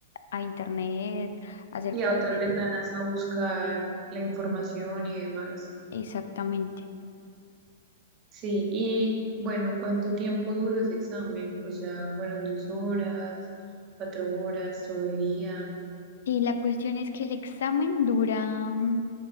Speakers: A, on the left; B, on the right.
A: a internet, a hacer
B: Y
A: copias.
B: a otras ventanas a buscar la información y demás.
A: Exactamente.
B: Sí, y bueno, ¿cuánto tiempo duró ese examen? O sea, fueron dos horas, cuatro horas, todo el día.
A: Y la cuestión es que el examen dura mm,